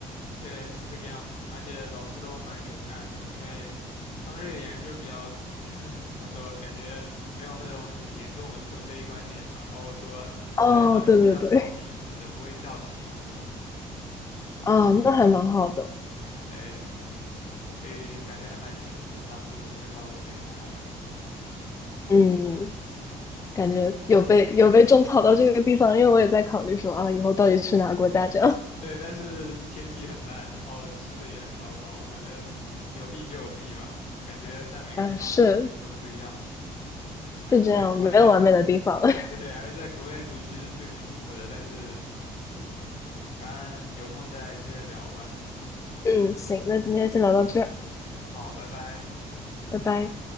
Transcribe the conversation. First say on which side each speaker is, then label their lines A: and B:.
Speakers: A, on the left; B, on the left.
A: 对，是这个样子，而且老师都蛮友善的，因为他们瑞典人就是比较，<laughs> 怎么说，感觉没有那种很严重的尊卑观念吧，包括说大家都是互相叫名字的，
B: 哦，对对对，
A: 不会叫姓那种。
B: <laughs> 啊，那还蛮好的，
A: 对，所以感觉还蛮庆幸的，当初升到这边来，
B: 嗯。
A: <laughs> 嗯。
B: 感觉有被有被种草到这个地方，因为我也在考虑说啊，以后到底去哪个国家这样
A: 对，但是天气很烂，然后吃的也很糟糕，反正有利就有弊吧。感觉在每个地方留学都是这个样子，
B: 啊，是
A: 还是在国内
B: 是这样，没有完美的地方。<laughs>
A: 对，还是在国内读其实最舒服的，但是，嗯，反正有空再接着聊吧。
B: 嗯，行，那今天先聊到这儿，
A: 嗯，好，拜拜。
B: 拜拜。